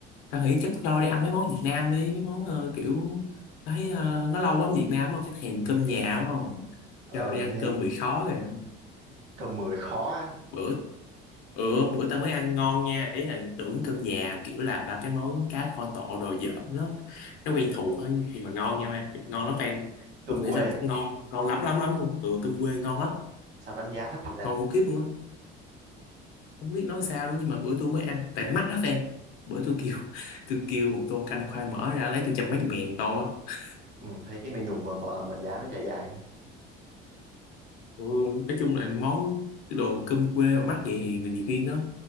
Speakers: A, on the left; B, on the right.
A: Tao nghĩ chắc cho đi ăn mấy món Việt Nam đi, mấy món ờ, kiểu thấy ờ, nó lâu quá ở Việt Nam không, cái thèm cơm nhà đúng không?
B: ờ
A: Cho đi ăn
B: thì
A: cơm mì khó rồi
B: cơm mười khó á.
A: bữa ừ, bữa tao mới ăn ngon nha, ý là tưởng cơm nhà kiểu là ba cái món cá kho tộ đồ dở nó nó quen thuộc thôi nhưng mà ngon nha em, ngon lắm fan.
B: cơm
A: Tôi
B: quê
A: nghĩ rằng
B: à
A: ngon, ngon lắm lắm lắm luôn. Ừ, cơm quê ngon lắm,
B: sao đánh giá thấp vậy ra
A: ngon khủng khiếp luôn á. không biết nói sao luôn nhưng mà bữa tôi mới ăn tại mắc lắm em bữa tôi kêu <laughs> tôi kêu một tô canh khoai mỡ ra lấy tôi trăm mấy chục ngàn tô á.
B: ừ, thấy cái menu mà mờ mà giá nó dài dài nha
A: ừ, nói chung là món cái đồ cơm quê mà mắc vậy thì nhiều khi nó